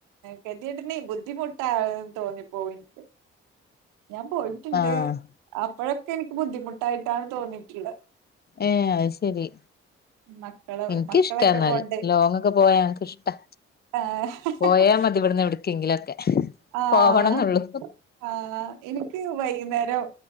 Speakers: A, on the right; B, on the left.
A: കതിയിടണേ ബുദ്ധിമുട്ടാന്ന് തോന്നിപ്പോ എനിക്ക് പോയിട്ടുണ്ട്
B: ആ
A: അപ്പോഴൊക്കെ എനിക്ക് ബുദ്ധിമുട്ടായിട്ടാണ് തോന്നിട്ടുള്ളത്
B: ഏഹ് അത് ശരി
A: മക്കള്
B: ഇനിക്കിഷ്ടാ
A: മക്കളെക്കെ
B: എന്നാല്
A: കൊണ്ട്
B: ലോങ്ങൊക്കെ പോയാ എനക്ക് ഇഷ്ടാ
A: ആഹ്
B: പോയാ മതി ഇവിടുന്ന് എവിടക്കെങ്കിലൊക്കെ
A: ആഹ്
B: പോവണംന്നുള്ളു
A: ആഹ് എനിക്ക് വൈകുന്നേരം